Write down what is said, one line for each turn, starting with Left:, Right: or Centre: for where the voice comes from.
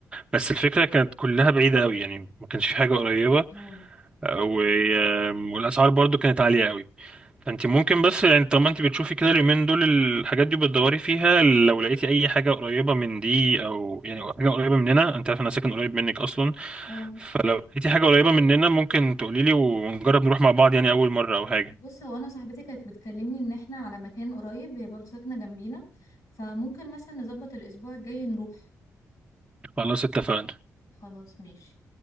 Right: بس الفكرة كانت كلها بعيدة قوي يعني ما كانش في حاجة قريبة
Left: اه
Right: و... والأسعار برضو كانت عالية قوي فانت ممكن بس يعني طالما انت بتشوفي كده اليومين دول الحاجات دي بتدوري فيها لو لقيتي اي حاجة قريبة من دي او يعني أو حاجة قريبة مننا انت عارف انا ساكن قريب منك اصلا
Left: اه
Right: فلو لقيتي حاجة قريبة مننا ممكن تقولي لي ونجرب نروح مع بعض يعني اول مرة او حاجة
Left: بصي هو انا صاحبتي كانت بتكلمني ان احنا على مكان قريب هي برضه ساكنه جنبينا فممكن مثلا نظبط الاسبوع الجاي نروح
Right: خلاص اتفقنا
Left: خلاص ماشي